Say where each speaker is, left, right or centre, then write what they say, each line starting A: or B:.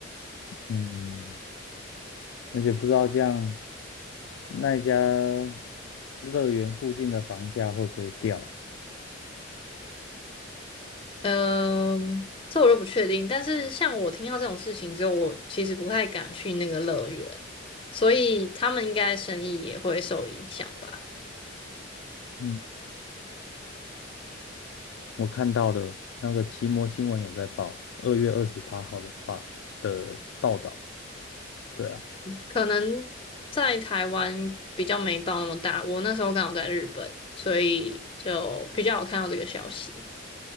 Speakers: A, on the left; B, on the left.
A: 嗯，而且不知道这样那一家乐园附近的房价会不会掉？
B: 嗯、这我就不确定，但是像我听到这种事情之后，我其实不太敢去那个乐园，所以他们应该生意也会受影响吧。
A: 嗯，我看到了那个奇摩新闻有在报，二月二十八号的报的报道。对啊，
B: 可能在台湾比较没报那么大，我那时候刚好在日本，所以就比较有看到这个消息，